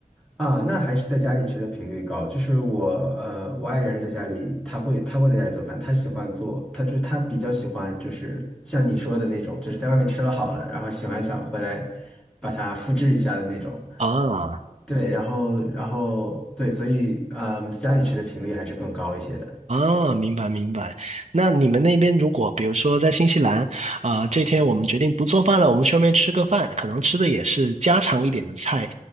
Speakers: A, in the centre; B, on the right.
A: 啊，那还是在家里吃的频率高。就是我，呃，我爱人是在家里，他会他会在家里做饭，他喜欢做，他就是他比较喜欢，就是像你说的那种，就是在外面吃了好了，然后喜欢想回来把它复制一下的那种。
B: 啊
A: 对，然后然后对，所以嗯，家里吃的频率还是更高一些的。
B: 啊，明白明白。那你们那边如果比如说在新西兰啊、这天我们决定不做饭了，我们去外面吃个饭，可能吃的也是家常一点的菜。